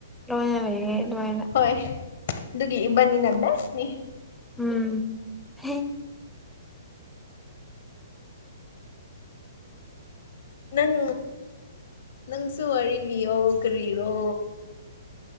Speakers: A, in the centre; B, on the left (about 50°).
A: ꯂꯣꯏꯅ ꯂꯩꯌꯦ ꯑꯗꯨꯃꯥꯏꯅ
B: ꯍꯣꯏ ꯑꯗꯨꯒꯤ ꯢꯕꯅꯤꯅ ꯕꯦꯁꯅꯤ
A: ꯎꯝ ꯍꯦ
B: ꯅꯪ ꯅꯪꯁꯨ ꯋꯥꯔꯤ ꯂꯤꯌꯣ ꯀꯔꯤꯔꯣ